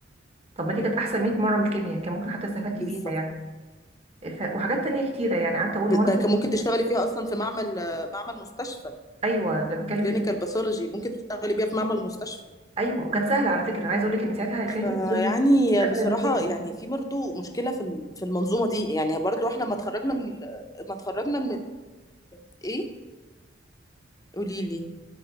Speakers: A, on the right; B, on the left.
A: طب ما دي كانت احسن 100 مره من الكيمياء كان ممكن حتى استفدت
B: بالظبط
A: بيها يعني ف... وحاجات تانية كتيره يعني قعدت اقول
B: ب-
A: هو انا
B: ده كان
A: كنت-
B: ممكن تشتغلي فيها اصلا في معمل معمل مستشفى
A: ايوه ده بتكلم
B: كلينيكال
A: في كده
B: باثولوجي ممكن تشتغلي بيها في معمل مستشفى
A: ايوه وكانت سهله على فكره انا عايزه اقول لك ان ساعتها الكلينيكال
B: فيعني
A: باثولوجي كانت
B: بصراحة
A: اسهل من الكيمياء
B: يعني في برضه مشكلة في ال- في المنظومة دي يعني برضه احنا ما اتخرجنا من ال- ما اتخرجنا من ال- ايه قولي لي